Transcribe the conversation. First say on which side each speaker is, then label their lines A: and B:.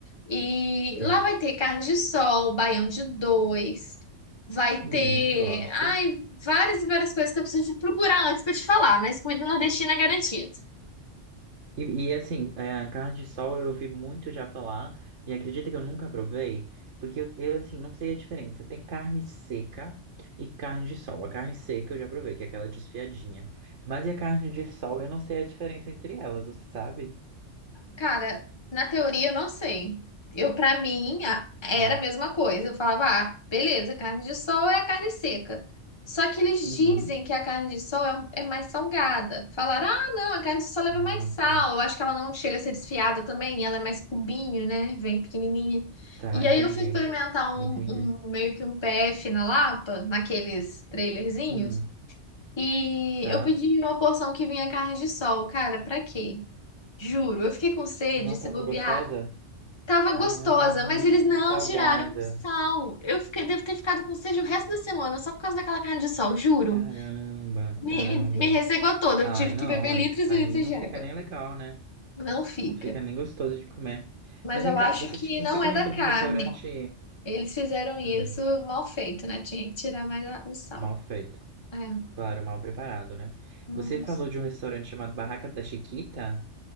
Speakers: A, on the left; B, on the right.
A: E
B: Ok.
A: lá vai ter carne de sol, baião de dois, vai
B: Hum,
A: ter,
B: gosto.
A: ai, várias e várias coisas que eu preciso procurar antes para te falar, mas comida nordestina é garantida.
B: E, e, assim, é, carne de sol eu ouvi muito já falar e acredita que eu nunca provei, porque eu, eu, assim, não sei a diferença. Tem carne seca e carne de sol. A carne seca eu já provei, que é aquela desfiadinha. Mas e a carne de sol, eu não sei a diferença entre elas, você sabe?
A: Cara, na teoria eu não sei. Eu, para mim, a- era
B: Tá.
A: a mesma coisa. Eu falava, ah, beleza, carne de sol é a carne seca. Só que eles
B: Uhum.
A: dizem que a carne de sol é, um- é mais salgada. Falaram, ah, não, a carne de sol leva
B: Ah,
A: mais sal.
B: ok.
A: Eu acho que ela não chega a ser desfiada também. Ela é mais cubinho, né? Vem pequenininha.
B: Tá,
A: E
B: entendi.
A: aí eu fui experimentar um,
B: Entendi.
A: um- meio que um PF na Lapa, naqueles trailerzinhos.
B: Hum,
A: E
B: tá.
A: eu pedi uma porção que vinha carne de sol. Cara, pra quê? Juro, eu fiquei com sede,
B: Não
A: se
B: tava
A: bobear.
B: gostosa?
A: Tava gostosa,
B: Ai,
A: mas
B: muito
A: eles não
B: salgada.
A: tiraram sal. Eu fiquei, devo ter ficado com sede o resto da semana, só por causa daquela carne de sol, juro.
B: Caramba,
A: Me,
B: caramba.
A: me, me ressecou toda,
B: Ai,
A: eu tive que
B: não,
A: beber
B: aí,
A: litros
B: aí
A: e litros
B: não
A: de água.
B: fica nem legal, né?
A: Não fica.
B: Não fica nem gostoso de comer.
A: Mas
B: Mas
A: eu
B: vem cá,
A: acho
B: você
A: que
B: tinha, você
A: não
B: comentou
A: é da carne.
B: de um restaurante,
A: Eles fizeram isso
B: hum,
A: mal feito, né? Tinha que tirar mais a- o sal.
B: mal feito.
A: É.
B: Claro, mal preparado, né?
A: Uhum.
B: Você falou de um restaurante chamado Barraca da Chiquita?